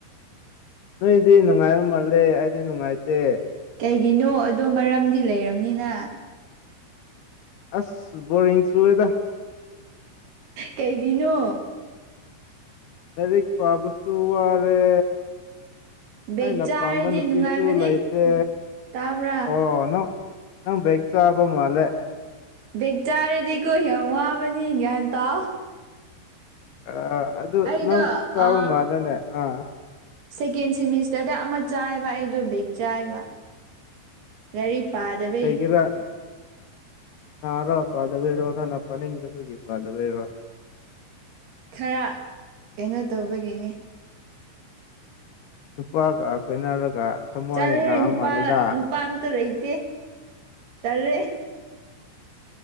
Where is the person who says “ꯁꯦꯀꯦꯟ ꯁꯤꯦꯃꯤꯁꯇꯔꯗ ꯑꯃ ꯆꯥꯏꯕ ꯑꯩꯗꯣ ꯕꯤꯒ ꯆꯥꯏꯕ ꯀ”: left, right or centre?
Right